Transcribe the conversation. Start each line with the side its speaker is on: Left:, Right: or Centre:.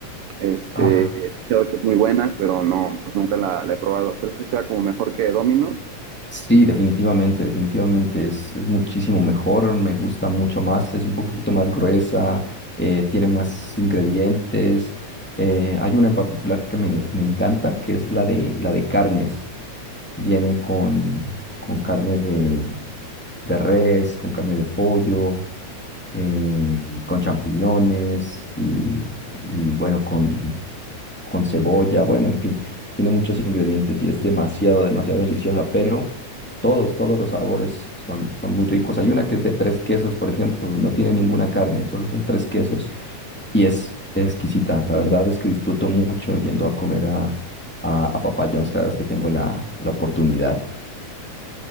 Right: Este,
Centre: ah.
Right: he escuchado que es muy buena, pero no, pues nunca la, la he probado. ¿Crees que sea como mejor que Domino's?
Centre: Sí, definitivamente, definitivamente es, es muchísimo mejor, me gusta mucho más, es un poquito más gruesa, eh, tiene más ingredientes. eh, hay una en particular que me, me encanta, que es la de, la de carnes. Viene con, con carne de, de res, con carne de pollo, em, con champiñones y, y, bueno, con, con cebolla, bueno, en fin, tiene muchos ingredientes y es demasiado, demasiado deliciosa, pero todos, todos los sabores son, son muy ricos. Hay una que es de tres quesos, por ejemplo, y no tiene ninguna carne, solo son tres quesos y es exquisita. La verdad es que disfruto mucho yendo a comer a, a, a Papa John's cada vez que tengo la, la oportunidad.